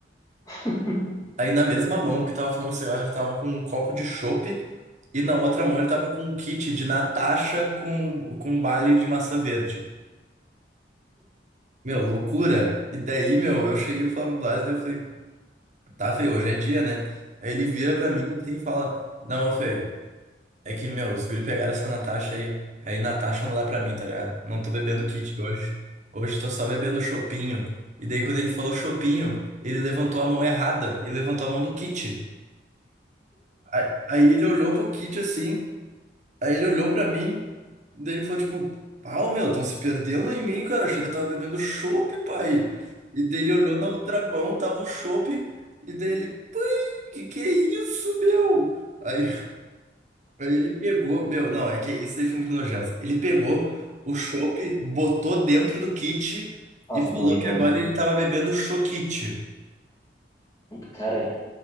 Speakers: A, on the left; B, on the right.
A: <laughs>
B: Aí na mesma mão que tava fumando cigarro, já tava com um copo de chopp. E na outra mão ele tava com um kit de Natasha com, com um baile de maçã verde. Meu, loucura. E daí, meu, eu cheguei pro Flávio Blase e eu falei, tá, feio, hoje é dia, né? Aí ele vira pra mim assim e fala, não, feio. É que, meu, os guri pegaram essa Natasha aí. Aí Natasha não dá pra mim, tá ligado? Não tô bebendo kit hoje. Hoje tô só bebendo chopinho. E daí, quando ele falou chopinho, ele levantou a mão errada e levantou a mão do kit. Aí, aí ele olhou pro kit assim. Aí ele olhou pra mim. Daí ele falou, tipo, pau, meu, tão se perdendo em mim, cara. Achei que eu tava bebendo chopp, pai. E daí ele olhou na outra mão, tava o chopp. E daí ele, pai, que que é isso, meu? Aí. Aí Ele pegou, meu, não, é que isso daí foi muito nojento. Ele pegou o chopp, botou dentro do kit
A: Ah,
B: e falou
A: que nojo
B: que
A: mesmo.
B: agora ele tava bebendo choquite.
A: Cara,